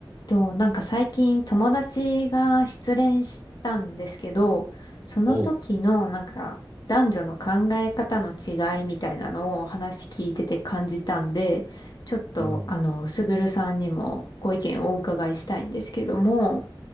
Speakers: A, on the left; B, on the right.
A: と、なんか最近友達が失恋したんですけど、その時のなんか男女の考え方の違いみたいなのを話聞いてて感じたんで、
B: おう、
A: ちょっとあの、
B: うん、
A: すぐるさんにもご意見をお伺いしたいんですけども、